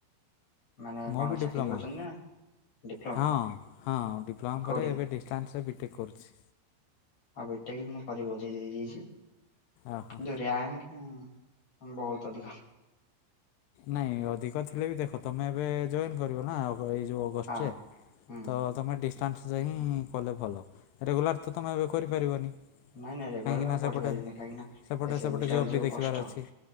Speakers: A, on the left; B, on the left.
A: ଆ
B: ମୁଁ
A: କଣ
B: ବି
A: ଚାକିରି
B: ଡିପ୍ଲୋମା
A: କରିଚନ୍ତି ନା? ଡିପ୍ଲୋମା
B: ହଁ ହଁ ଡିପ୍ଲମା
A: କୋଉଠି?
B: ପରେ ଏବେ ଡିଷ୍ଟାନ୍ସରେ ବିଟେକ୍ କରୁଚି।
A: ଆଉ, ବିଟେକ୍ ମୁଁ କରିିକି ବଜେଇ ଦେଇ ଯାଇଛି
B: ଓହୋ
A: କିନ୍ତୁ ରୟ୍ଯାଙ୍କ ହୁଁ, ବହୁତ ଅଧିକ
B: ନାଇଁ, ଅଧିକ ଥିଲେ ବି ଦେଖ ତମେ ଏବେ ଜଏନ୍ କରିବ ନା ଏଇ ଯୋଉ ଅଗଷ୍ଟରେ
A: ହଁ ହୁଁ
B: ତ ତମେ ଡିଷ୍ଟାନ୍ସ ଯାହିଁ କଲେ ଭଲ। ରେଗୁଲାର ତ ତମେ, ଏବେ କରିପାରିବନି।
A: ନାଇଁ ନାଇଁ ରେଗୁଲାର
B: କାହିଁକି
A: ଆଉ
B: ନା
A: ପଢି
B: ସେପଟେ
A: ପାରିବିନି କାହିଁକି ନା
B: ସେପଟେ
A: ଏ ସେମିଷ୍ଟାର
B: ସେପଟେ ଜବ୍
A: ଯୋଉ
B: ବି ଦେଖିବାର
A: କଷ୍ଟ
B: ଅଛି।